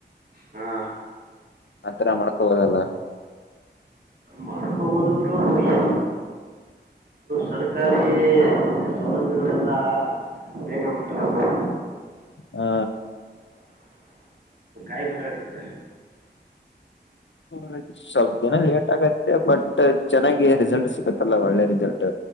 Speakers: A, on the right (about 55°); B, on the left (about 85°).
A: ಹಾ
B: ಆತರ ಮಾಡ್ಕೋಬಹುದಲ್ಲ.
A: ಮಾಡ್ಕೊಬೋದು ಬ್ರೋ ಇಲ್ಲ ಸರ್ಕಾರಿ ಸೌಲಭ್ಯಗಳೆಲ್ಲ ಬೇಗ ಮುಟ್ಟಲ್ಲ ಬ್ರೋ.
B: ಹಾ.
A: <unintelligible>
B: ಹ ಸ್ವಲ್ಪ ದಿನ ಲೇಟ್ ಆಗೈತ್ತತೆ ಬಟ್ ಚೆನ್ನಾಗಿ ರಿಸಲ್ಟ್ ಸಿಗತ್ತಲ್ಲ ಒಳ್ಳೆ ರಿಸಲ್ಟ್.